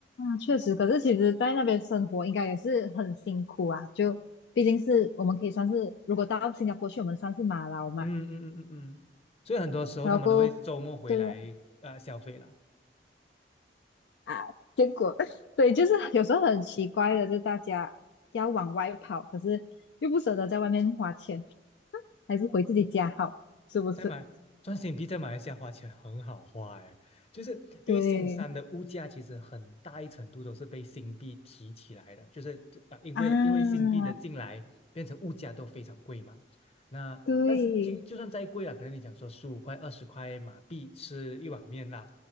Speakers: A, on the left; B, on the left.
A: 确实，可是其实，在那边生活应该也是很辛苦啊。就毕竟是我们可以算是，如果到新加坡去，我们算是马劳嘛。
B: 嗯嗯嗯嗯嗯，所以很多时候他们都会周末回来呃消费啦。
A: 然后过后，对呀啊，啊结果 <laughs> 对，就是 <laughs> 有时候很奇怪的，就大家要往外跑，可是又不舍得在外面花钱，还是回自己家好，是不是？
B: 在马赚新币在马来西亚花钱很好花哎，就是因为新山的物价其实很大一程度都是被新币提起来的，
A: 对
B: 就是啊、呃因为因为新币的进来变成物价都非常贵嘛。
A: 啊，
B: 那但是就就算再贵了，
A: 对
B: 可能你讲说十五块二十块马币吃一碗面啦